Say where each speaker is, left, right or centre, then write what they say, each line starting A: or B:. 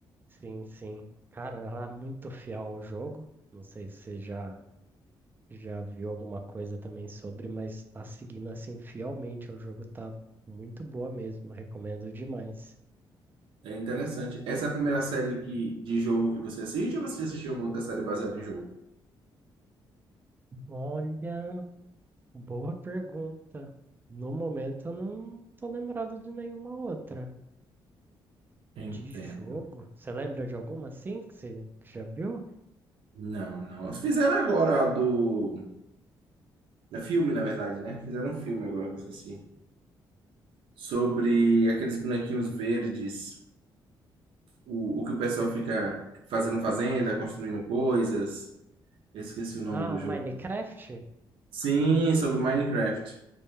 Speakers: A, on the right; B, on the right.
A: sim, sim. Cara, ela é muito fiel ao jogo. Não sei se você já, já viu alguma coisa também sobre, mas tá seguindo assim fielmente ao jogo, tá muito boa mesmo. Recomendo demais.
B: É interessante. Essa é a primeira série que, de jogo que você assiste ou você já assistiu alguma outra série baseada em jogo?
A: Olha. Boa pergunta. No momento eu não tô lembrado de nenhuma outra.
B: Entendo.
A: De jogo? Você lembra de alguma assim que você que já viu?
B: Não, não. Fizeram agora a do. É filme, na verdade, né? Fizeram um filme agora que eu esqueci. Sobre aqueles bonequinhos verdes, o, o que o pessoal fica fazendo fazenda, construindo coisas. Eu esqueci o nome
A: Ah,
B: do jogo.
A: Minecraft?
B: Sim, sobre o Minecraft.